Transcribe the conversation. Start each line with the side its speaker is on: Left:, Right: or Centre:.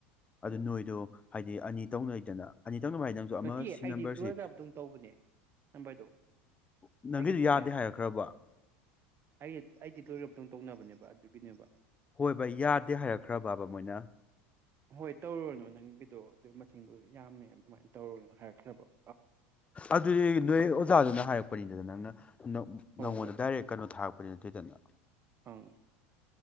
Right: ꯑꯣ
Left: ꯑꯗꯨ ꯅꯣꯏꯗꯣ ꯍꯥꯏ꯫ ꯑꯅꯤ ꯇꯧꯅꯣꯏꯗꯅ ꯑꯅꯤ꯫ ꯇꯧꯅꯕ ꯍꯥꯏꯗꯤ ꯅꯪꯁꯨ ꯑꯃ
Right: ꯅꯠꯇꯤꯌꯦ
Left: ꯁꯤ
Right: ꯑꯩꯗꯤ
Left: ꯅꯝꯕꯔꯁꯤ
Right: ꯂꯣꯏꯔꯒ ꯃꯇꯨꯡ ꯇꯧꯕꯅꯦ ꯅꯝꯕꫪꯗꯣ꯫
Left: ꯅꯪꯒꯤꯗꯨ
Right: ꯑꯩꯒꯤꯗꯤꯅꯦ
Left: ꯌꯥꯗꯦ ꯍꯥꯏꯔꯛꯈ꯭ꯔꯕ
Right: ꯑꯩ ꯑꯩꯗꯤ ꯂꯣꯏꯔ ꯃꯇꯨꯡ꯫ ꯇꯧꯅꯕꯅꯦꯕ ꯑꯗꯨꯒꯤꯅꯦꯕ꯫
Left: ꯍꯣꯏꯕ ꯌꯥꯗꯦ ꯍꯥꯏꯔꯛꯈ꯭ꯔꯕꯕꯥ ꯃꯣꯏꯅ꯫
Right: ꯍꯣꯏ ꯇꯧꯔꯨꯅꯨ ꯅꯪꯒꯤꯗꯣ ꯑꯗꯨ ꯃꯁꯤꯡꯗꯨꯣ ꯌꯥꯝꯃꯦ ꯑꯗꯨꯃꯥꯏꯅ꯫ ꯇꯧꯔꯨꯅꯨ ꯍꯥꯏꯔꯛꯈ꯭ꯔꯕꫭ꯫
Left: ꯑꯗꯨꯗꯤ ꯅꯣꯏ ꯑꯣꯖꯥꯗꯨꯅ ꯍꯥꯏꯔꯛꯄꯅꯤꯗꯅ ꯅꯪꯅ
Right: ꯍꯣꯏ
Left: ꯅꯉꯣꯟꯗ
Right: ꯍꯣꯏ
Left: ꯗꯥꯏꯔꯦꯛ ꯀꯩꯅꯣ ꯊꯥꯔꯛꯄꯅꯤ ꯅꯠꯇꯦꯗꯅ꯫
Right: ꯑꯪ